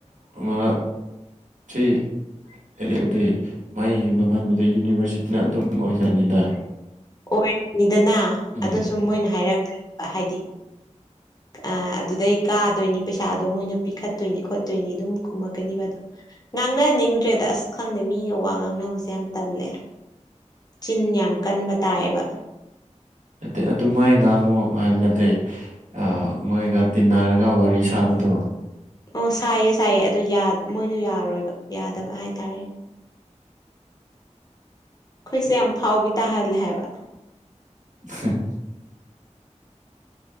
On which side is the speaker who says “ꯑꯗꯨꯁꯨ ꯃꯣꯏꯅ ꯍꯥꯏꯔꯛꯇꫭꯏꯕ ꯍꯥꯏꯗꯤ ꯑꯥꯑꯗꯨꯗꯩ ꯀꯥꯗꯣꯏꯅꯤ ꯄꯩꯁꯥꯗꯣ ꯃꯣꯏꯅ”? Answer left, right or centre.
Left